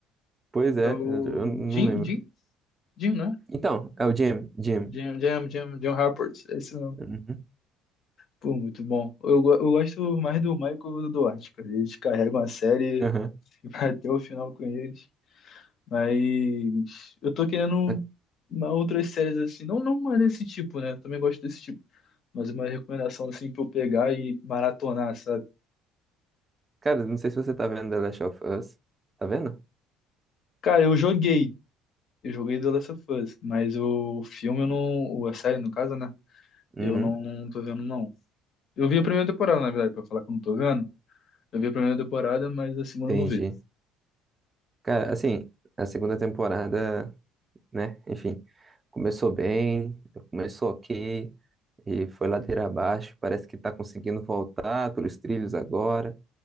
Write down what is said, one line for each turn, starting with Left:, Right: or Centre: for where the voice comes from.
Right: Pois
Left: É
Right: é,
Left: o
Right: eu não
Left: Jim,
Right: lembro.
Left: Jim, Jim, né?
Right: Então, é o Jim, Jim.
Left: Jim, Jim, Jim, Jim Rapport, esse
Right: Uhum,
Left: Pô, muito bom. Eu, go- eu gosto mais do Michael do Duarte, cara. Eles carregam a série
Right: aham.
Left: <laughs> e vai até o final com eles. Mas eu tô querendo
Right: Ah,
Left: uma outras séries assim, não, não uma desse tipo, né? Também gosto desse tipo. Mas uma recomendação assim pra eu pegar e maratonar, sabe?
Right: Cara, não sei se você tá vendo The Last of Us. Tá vendo?
Left: Cara, eu joguei. Eu joguei The Last of Us, mas o filme eu não. ou A série, no caso, né? Eu
Right: Uhum,
Left: não tô vendo, não. Eu vi a primeira temporada, na verdade, pra falar que eu não tô vendo. Eu vi a primeira temporada, mas a segunda
Right: entendi.
Left: eu não vi.
Right: Cara, assim, a segunda temporada, né? Enfim, começou bem, começou ok, e foi ladeira abaixo. Parece que tá conseguindo voltar pelos trilhos agora.